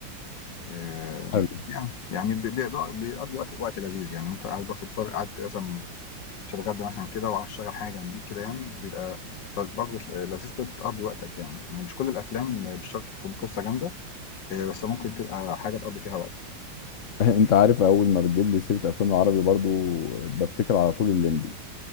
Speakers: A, on the left (about 70°); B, on the left (about 50°).
A: آه،
B: حلو
A: يعني يعني بي- بي- بيقضي وقت وقت لذيذ يعني انت قاعد بس تتفرج قاعد مثلا بتتغدى مثلا كده وعاوز تشغل حاجة جنبيك كده يعني بيبقى برضه لذيذ بتقضي وقتك يعني يعني مش كل الأفلام مش شرط تكون قصة جامدة آه، بس ممكن تبقى حاجة تقضي فيها وقتك
B: <laughs> انت عارف اول ما بتجيب لي سيره افلام العربي برضو بفتكر على طول الليمبي